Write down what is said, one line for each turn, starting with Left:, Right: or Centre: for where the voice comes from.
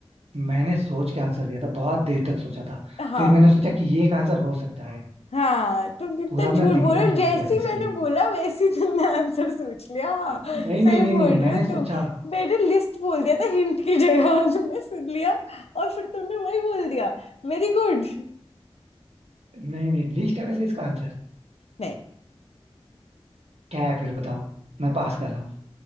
Right: मैंने सोच के आंसर दिया था बहुत देर तक सोचा था
Left: हाँ
Right: फिर मैंने सोचा कि ये एक आंसर हो सकता है
Left: हाँ तुम कितना
Right: पूरा अपना
Left: झूठ
Right: दिमाग
Left: बोल रहे हो
Right: यूज
Left: जैसे
Right: किया था
Left: ही
Right: इसके
Left: मैंने
Right: लिए
Left: बोला वैसे ही तुमने आंसर सोच लिया हाँ
Right: नहीं
Left: सही
Right: नहीं नहीं
Left: बोल
Right: नहीं
Left: रहे
Right: मैंने
Left: हो
Right: सोचा
Left: तुम मैंने लिस्ट बोल दिया था हिंट की जगह और तुमने सुन लिया और फिर तुमने वही बोल दिया Very good
Right: नहीं नहीं लिस्ट है वैसे इसका आंसर
Left: नहीं
Right: क्या है फिर बताओ मैं पास कर रहा हूँ